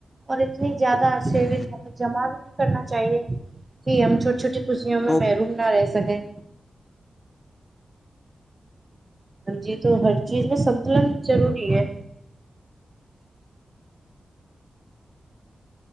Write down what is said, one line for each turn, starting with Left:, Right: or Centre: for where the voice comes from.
Right: اور اتنی زیادہ
Left: ہوں،
Right: سیگ
Left: ہوں۔
Right: جمع بھی نہیں کرنا چاہیے کہ ہم چھوٹی چھوٹی کسیوں
Left: تو
Right: میں محروم نہ رہ سکیں جی تو ہر چیز میں سنتلن ضروری ہے